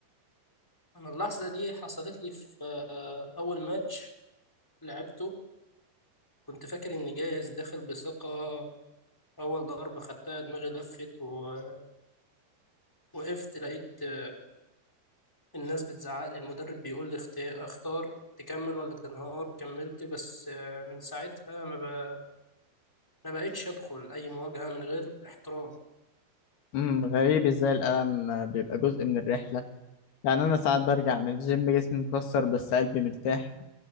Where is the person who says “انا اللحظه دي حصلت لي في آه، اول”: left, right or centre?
Centre